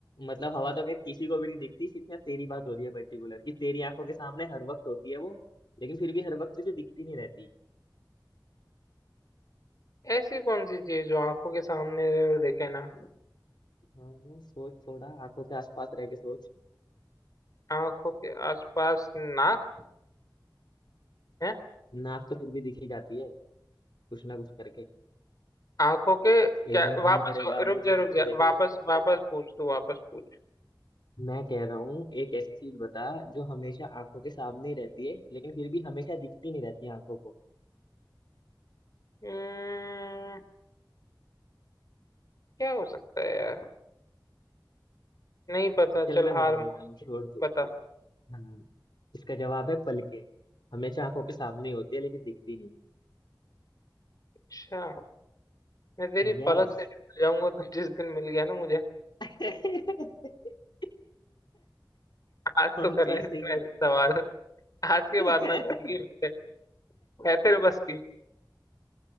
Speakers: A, on the left; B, on the left.
A: मतलब हवा तो क्या किसी को भी नहीं दिखती सिर्फ यहाँ तेरी बात हो रही है पर्टिकुलर कि तेरी आंखों के सामने हर वक्त होती है वो लेकिन फिर भी हर वक्त तुझे दिखती नहीं रहती
B: ऐसी कौन सी चीज जो आंखों के सामने रहे और दिखे ना
A: हाँ सोच थोड़ा आंखों के आसपास रह के सोच
B: आंखों के आसपास नाक है
A: नाक तो फिर भी दिखी जाती है कुछ ना कुछ करके
B: आंखों के क्या
A: एक आंख
B: वापस
A: बंद करेगा
B: रुक
A: नीचे
B: जा रुक
A: नीचे
B: जा
A: देखेगा
B: वापस वापस पूछ तू वापस पूछ
A: मैं कह रहा हूँ एक ऐसी चीज बता जो हमेशा आंखों के सामने ही रहती है लेकिन फिर भी हमेशा दिखती नहीं रहती आंखों को
B: हम्म, क्या हो सकता है यार नहीं पता
A: चल
B: चल
A: मैं
B: हार
A: बता
B: मान
A: देता हूँ छोड़
B: ली।
A: दो
B: बता
A: हाँ इसका जवाब है पलके हमेशा आंखों के सामने ही होती है लेकिन दिखती नहीं
B: अच्छा मैं तेरी
A: यस
B: पलक से छूट जाऊंगा तो जिस दिन मिल गया ना मुझे
A: <laughs>
B: आज
A: हम
B: तो कर
A: तो
B: लिए
A: ऐसे
B: तूने
A: ही है
B: ऐसे सवाल आज के
A: <laughs>
B: बाद ना कर लिए मुझे है तेरे बस की